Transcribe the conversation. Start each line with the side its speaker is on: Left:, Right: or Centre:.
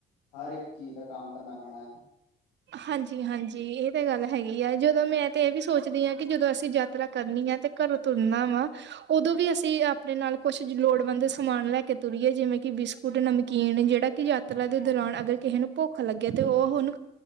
Left: ਹਰ ਇੱਕ ਚੀਜ਼ ਦਾ ਕੰਮ ਕਰਨਾ ਪੈਣਾ
Right: ਹਾਂਜੀ! ਹਾਂਜੀ ਇਹ ਤਾਂ ਗੱਲ ਹੈਗੀ ਆ ਜਦੋਂ ਮੈਂ ਤਾਂ ਇਹ ਵੀ ਸੋਚਦੀ ਹਾਂ ਕਿ ਜਦੋਂ ਅਸੀਂ ਯਾਤਰਾ ਕਰਨੀ ਹੈ ਤੇ ਘਰੋਂ ਤੋਂ ਤੁਰਨਾ ਵਾ ਉਦੋਂ ਵੀ ਅਸੀਂ ਆਪਣੇ ਨਾਲ ਕੁੱਝ ਲੋੜਵੰਦ ਸਮਾਨ ਲੈ ਕੇ ਤੁਰੀਏ ਜਿਵੇਂ ਕਿ ਬਿਸਕੁਟ ਨਮਕੀਨ ਜਿਹੜਾ ਕਿ ਯਾਤਰਾ ਦੇ ਦੌਰਾਨ ਅਗਰ ਕਿਸੇ ਨੂੰ ਭੁੱਖ ਲੱਗੇ ਤੇ ਉਹ ਹੁਣ